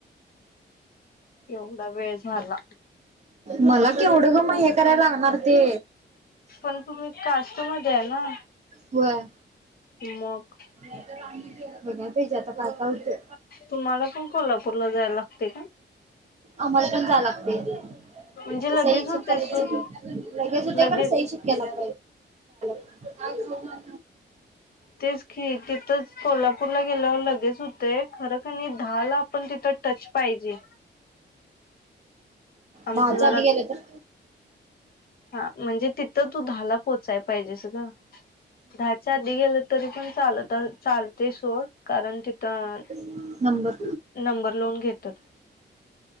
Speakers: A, on the left; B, on the right.
A: येवढा वेळ झाला
B: मला केवढं ग मग हे करायला लागणार ते
A: पण तुम्ही कास्ट मध्ये आहे ना
B: होय
A: मग
B: नाही तर आम्ही <unintelligible> तिथे आता काका होते
A: तुम्हाला पण कोल्हापूरला जायला लागते का
B: आम्हाला पण जा लागते
A: म्हणजे लगेच
B: सही
A: होते
B: शिक्क्का
A: सोड
B: घायला
A: लगेच
B: <unintelligible> गेल पाहिजे
A: तेच की तिथंच कोल्हापूरला गेल्यावर लगेच होतेय खरं कणी दहा ला पण तिथं टच पाहिजे आमचं
B: दहाच्या
A: जरा
B: आधी गेलं तर
A: हा म्हणजे तिथं तू दहाला पोहोचायला पोहचाय पाहिजे ग दहाच्या आधी गेलं तरी पण चालत चालते सोड कारण तिथं
B: <unintelligible> नंबर
A: नंबर लावून घेतात